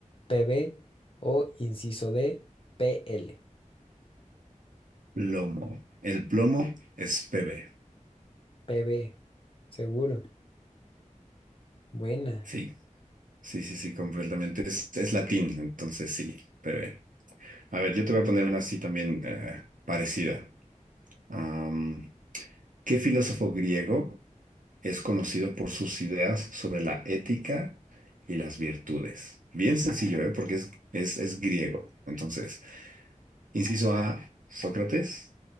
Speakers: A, on the left; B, on the right.
A: PB. O inciso D, PL.
B: Plomo. El plomo es PB.
A: PB. Seguro. Buena.
B: Sí, sí, sí, sí, completamente. Es, es latín, entonces sí, PB. A ver, yo te voy a poner una así también eh, parecida. Am, ¿qué filósofo griego? Es conocido por sus ideas sobre la ética y las virtudes. Bien sencillo, ¿eh? Porque es, es, es griego. Entonces, inciso A, Sócrates.